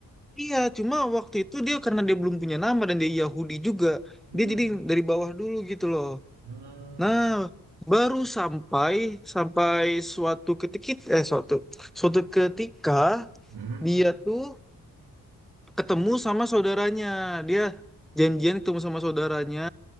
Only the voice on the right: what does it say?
Hmm.
Hmm,
hmm,